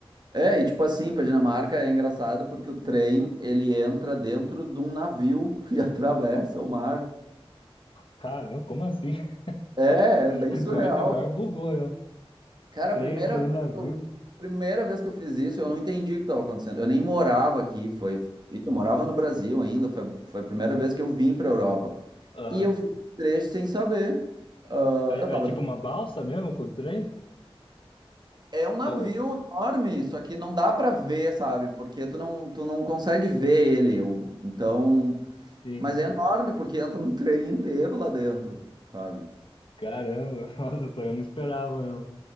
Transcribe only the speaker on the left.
Caramba, como assim? <laughs>
Agora,
agora bugou, eu.
Trem
entra
no navio.
Aham.
É,
é tipo
uma balsa mesmo com o trem?
Ou,
sim,
caramba, <laughs> nossa, só eu não esperava mesmo.